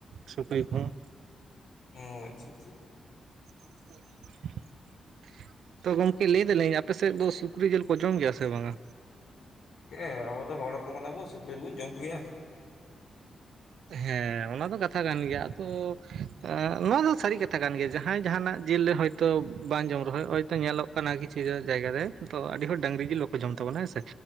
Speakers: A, on the right (about 75°); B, on the left (about 85°).
A: ᱥᱩᱠᱨᱤ ᱠᱚᱦᱚᱸ᱾
B: ᱚ ᱟᱪᱪᱷᱟ ᱟᱪᱪᱷᱟ
A: <inaudible> ᱛᱚ ᱜᱚᱢᱠᱮ ᱞᱟᱹᱭ ᱫᱟᱞᱤᱧ ᱟᱯᱮ ᱥᱮᱫ ᱫᱚ ᱥᱩᱠᱨᱤ ᱡᱤᱞ ᱠᱚ ᱡᱚᱢ ᱜᱮᱭᱟ ᱥᱮ ᱵᱟᱝᱟ?
B: ᱦᱮᱸ ᱟᱵᱚ ᱫᱚ ᱦᱚᱲ ᱦᱚᱯᱚᱱ ᱠᱟᱱᱟ ᱵᱚᱱ ᱥᱩᱠᱨᱤ ᱫᱚᱵᱚᱱ ᱡᱚᱢ ᱠᱚ ᱜᱮᱭᱟ᱾
A: ᱦᱮᱸ ᱚᱱᱟ ᱫᱚ ᱠᱟᱛᱷᱟ ᱠᱟᱱ ᱜᱮᱭᱟ ᱟᱫᱚ ᱦᱮᱸ ᱱᱚᱣᱟ ᱫᱚ ᱥᱟᱹᱨᱤ ᱠᱟᱛᱷᱟ ᱠᱟᱱ ᱜᱮᱭᱟ ᱡᱟᱦᱟᱸᱭ ᱡᱟᱦᱟᱱᱟᱜ ᱡᱤᱞ ᱨᱮ ᱦᱚᱭ ᱛᱚ ᱵᱟᱝ ᱡᱚᱢ ᱨᱚᱦᱚᱸᱚᱭ ᱦᱚᱭᱛᱚ ᱧᱮᱞᱚᱜ ᱠᱟᱱᱟ ᱠᱤᱪᱷᱩ ᱡᱟᱭᱜᱟ ᱨᱮ ᱛᱚ ᱟᱹᱰᱤ ᱦᱚᱲ ᱰᱟᱝᱨᱤ ᱰᱟᱹᱝᱨᱤ ᱵᱟᱠᱚ ᱡᱚᱢ ᱛᱟᱵᱚᱱᱟ ᱦᱮᱸ ᱥᱮ